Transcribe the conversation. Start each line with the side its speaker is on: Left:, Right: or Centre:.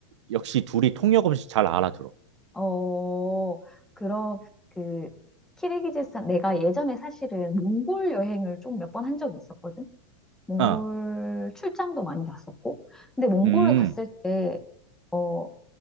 Right: 역시 둘이 통역 없이 잘 알아들어.
Centre: 어, 그럼 그, 키르기즈스탄, 내가 예전에 사실은 몽골 여행을 좀 몇 번 한 적이 있었거든? 몽골
Right: 어,
Centre: 출장도 많이 갔었고. 근데 몽골을
Right: 음,
Centre: 갔을 때 어,